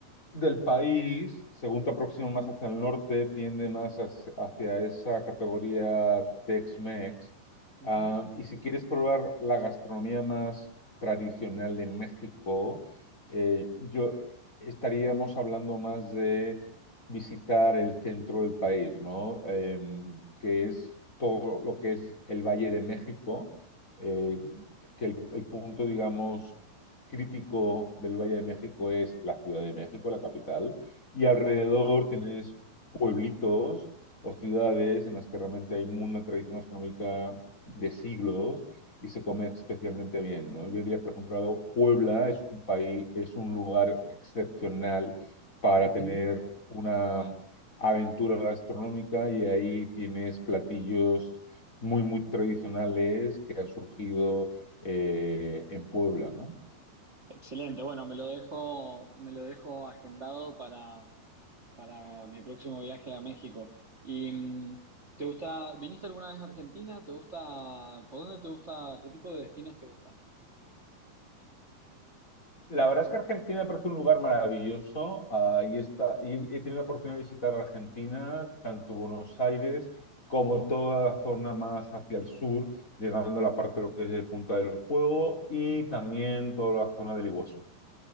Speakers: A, on the left; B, on the right.
A: del país, según te aproximas más hacia el norte, tiende más hacia, hacia esa categoría Tex-Mex.
B: Ujú,
A: Ah, y si quieres probar la gastronomía más tradicional de México, eh, yo estaríamos hablando más de visitar el centro del país, ¿no? Em, que es todo lo que es el Valle de México, eh,
B: ujú,
A: que el el punto, digamos crítico del Valle de México es la Ciudad de México, la capital, y alrededor tienes pueblitos o ciudades en las que realmente hay una tradición gastronómica de siglos y se come especialmente bien, ¿no? Yo diría, por ejemplo, Puebla es un país, es un lugar excepcional para
B: ujú.
A: tener una aventura gastronómica y ahí tienes platillos muy, muy tradicionales que han surgido eh, en Puebla, ¿no?
B: Excelente, bueno, me lo dejo, me lo dejo agendado para, para mi próximo viaje a México. ¿Y mm, te gusta, viniste alguna vez a Argentina? ¿Te gusta, por dónde te gusta, qué tipo de destinos te gustan?
A: La verdad es que Argentina me parece un lugar maravilloso. Ahí está, y he tenido la oportunidad de visitar Argentina, tanto Buenos Aires como toda la zona más hacia el sur, llegando a la parte de lo que es el Punta del Fuego y también toda la zona del Iguazú.